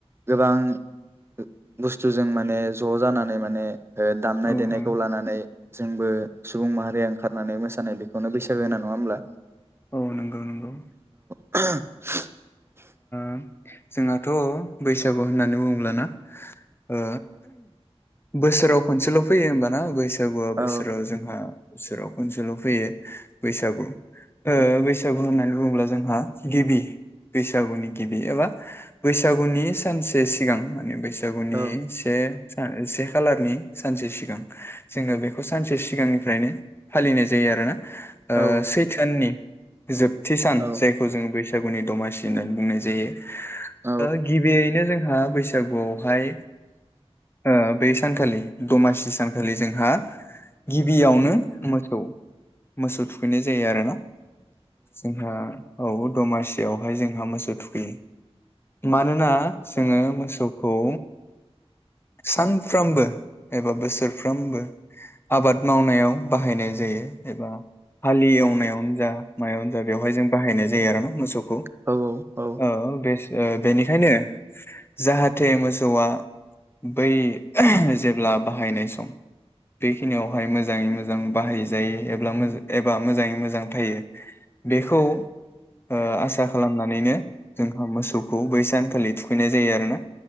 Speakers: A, on the right; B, on the left.
A: गोबां बुस्थुजों माने ज जानानै माने ओ दामनाय
B: औ
A: देनायखौ
B: औ
A: लानानै जोंबो सुबुं माहारिया ओंखारनानै मोसानाय बेखौनो बैसागो होना नङा होमब्ला?
B: औ नंगौ नंगौ
A: <inaudible>
B: थां जोंहाथ' बैसागु होननानै बुंङैब्लाना ओ बोसोराव खनसेल' फैयो होमबाना बैसागुआ
A: औ
B: बोसोराव जोंहा बोसोराव खनसेल फैयो बैसागु ओ बैसागु होननानै बुंङोब्ला जोंहा गिबि बैसागुनि गिबि एबा बैसागुनि सानसे सिगां माने बैसा सागुनिगुनि
A: औ
B: से से खालारनि सानसे सिगां जोंङो बेखौ सानसे सिगांनिफ्रायनो फालिनाय जायो आरोना ओ
A: औ
B: सैथोयानि जोबथि सान
A: औ
B: जायखौ जोंङो बैसागुनि दमासि होननानै बुंनाय जायो
A: औ
B: ओ गिबियैनो जोंहा बैसागुआवहाय ओ बे सानखालि दमासि सानखालि जोंहा गिबियावनो मोसौ मोसौ थुखैनाय जायो आरोना जोंहा औ दमासि बेयावहाय जोंहा मोसौ थुखैयो मानोना जोंङो मोसौखौ सानफ्रोमबो एबा बोसोरफ्रामबो आबाद मावनायाव बाहायनाय जायो एबा हालि एवनायावनो जा मायावनो जा बेवहाय जों बाहायनाय जायो आरो ना मोसौखौ
A: औ औ
B: ओ बेस ओ बेनिखायनो जाहाथे मोसौआ बै जेब्ला बाहायनाय सम बेखिनियावहाय मोजाङै मोजां बाहायजायो एब्ला मोज एबा मोजांङै मोजां थायो। बेखौ ओ आसा खालामनानैनो जोंहा मोसौखौ बै सानखालि थुखैनाय जायो आरोना